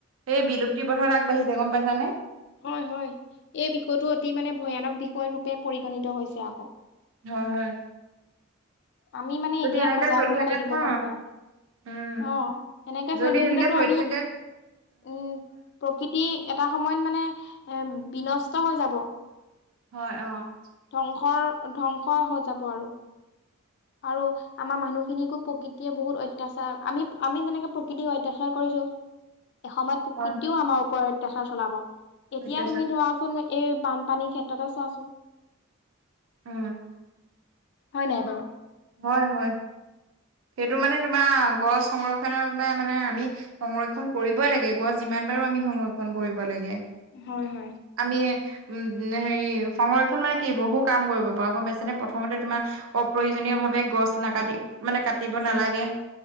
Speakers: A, on the right (about 70°); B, on the left (about 55°).
A: সেই বিলুপ্তি পথত আগবাঢ়িছে গম পাইছানে? <unintelligible>
B: হয়-হয়। এই বিষয়টো অতি মানে ভয়ানক বিষয় ৰূপে পৰিগণিত হৈছে আকৌ। <unintelligible>
A: হয়-হয়।
B: আমি মানে এতিয়াই
A: এনেকে
B: সজাগ
A: চলি
B: হ'ব
A: থাকে
B: লাগিব
A: নহয়
B: গম পোৱা <unintelligible>
A: উম
B: অঁ এনেকে
A: যদি
B: চলি থাকিলেতো
A: এনেকে চলি
B: আমি
A: থাকে
B: <inaudible> উম <unintelligible> প্ৰকৃতি এটা সময়ত মানে এ বিনষ্ট হৈ যাব।
A: হয়। অঁ <unintelligible>
B: ধ্বংসৰ-ধ্বংস হৈ যাব আৰু। আৰু আমাৰ মানুহখিনিকো প্ৰকৃতিয়ে বহুত অত্যাচাৰ, আমি-আমি যেনেকে প্ৰকৃতিক অত্যাচাৰ কৰিছোঁ <unintelligible> এসময়ত প্ৰকৃতিও
A: হয়
B: আমাৰ ওপৰত অত্যাচাৰ চলাব। এতিয়া
A: অত্যাচাৰ
B: তুমি ধৰা <unintelligible> চোন এই বানপানীৰ ক্ষেত্ৰতে চোৱা চোন।
A: উম।
B: হয় নাই বাৰু?
A: হয়-হয়। সেইটো মানে তোমাৰ গছ সংৰক্ষণৰ বাবে মানে আমি সংৰক্ষণ কৰিবই লাগে। গছ যিমান পাৰো আমি সংৰক্ষণ কৰিব লাগে। <unintelligible>
B: হয়-হয়।
A: আমি উম হেৰি সংৰক্ষণ মানে কি বহু কাম কৰিব পাৰো গম পাইছানে প্ৰথমতে তোমাৰ <unintelligible> অপ্ৰয়োজনীযভাৱে গছ নাকাটি মানে কাট <unintelligible> কাটিব নালাগে।